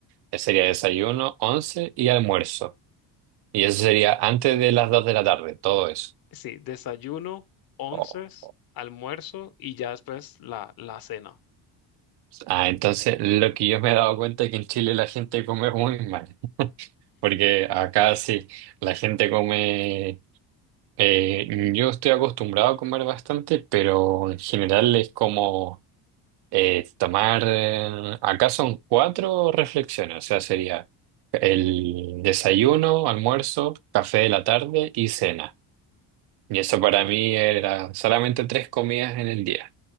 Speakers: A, on the right; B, on the left.
A: que sería desayuno, once y almuerzo. Y eso sería antes de las dos de la tarde, todo eso.
B: Sí, desayuno, onces,
A: Oh.
B: almuerzo y ya después la, la cena.
A: Ah, entonces lo que yo me he dado cuenta es que en Chile la gente come muy mal, porque acá sí, la gente come, eh, yo estoy acostumbrado a comer bastante, pero en general es como eh, tomar, eh, acá son cuatro reflexiones, o sea, sería el desayuno, almuerzo, café de la tarde y cena. Y eso para mí era solamente tres comidas en el día,